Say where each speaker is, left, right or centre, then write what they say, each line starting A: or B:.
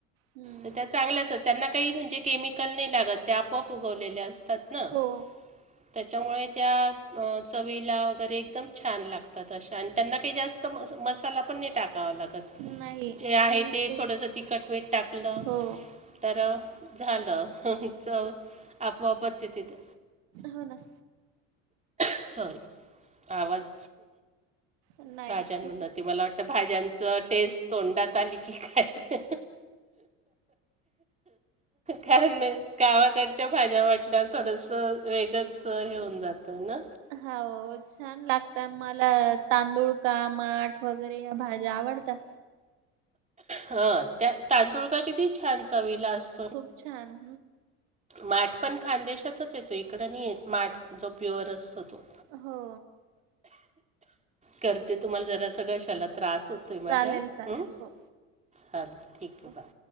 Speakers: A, on the right (about 75°); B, on the right (about 20°).
A: हम्म.
B: तर त्या चांगल्याच त्यांना काही म्हणजे केमिकल नाही लागत ते आपोआप उगवलेले असतात ना
A: हो
B: त्याच्यामुळे त्या चवीला वगैरे एकदम छान लागतात अश त्यांना काही जास्त म मसाला पण नाही टाकावा लागत
A: नाही
B: जे आहे
A: नुसती
B: ते थोडंस तिखट वेट टाकलं
A: हो
B: तर झालं च आपोआपचच तिथे
A: हो ना
B: सॉरी आवाज
A: नाही
B: राज
A: ठीक
B: म्हात
A: आहे.
B: त मला वाटतं भाज्यांचं टेस्ट तोंडात आली की काय काय नाही. गावाकडच्या भाज्या म्हटल्यावर थोडस वेगळच हे होऊन जातं ना.
A: हो छान लागतात मला तांदुळ का माठ वगैरे भाज्या आवडतात.
B: हा त्या तांदुळ का किती छान चवीला असत
A: खूप छान.
B: माठ पण खानदेशातच येतो इकड नाही येत माठ जो प्युअर असतो तो
A: हो.
B: करते तुम्हाला जरासा घशाला त्रास होत तु माझा
A: चालेल चालेल
B: हमम
A: हो
B: हा ठीक आहे
A: हो.
B: बाय.